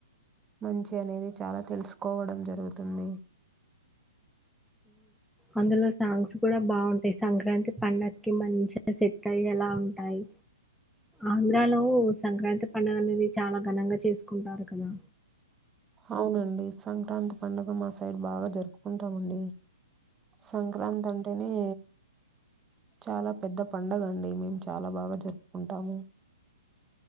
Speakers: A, on the right; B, in the centre.
A: మంచి అనేది చాలా తెలుసుకోవడం జరుగుతుంది
B: అందులో సాంగ్స్ కూడా బాగుంటాయి సంక్రాంతి పండగకి మంచిగ సెట్టయ్యాల ఉంటాయి ఆంధ్రాలో సంక్రాంతి పండగ అనేది చాలా ఘనంగా చేసుకుంటారు కదా
A: అవునండి సంక్రాంతి పండుగ మా సైడ్ బాగా జరుపుకుంటామండి సంక్రాంతి అంటేనే చాలా పెద్ద పండగండి మేము చాలా బాగా జరుపుకుంటాము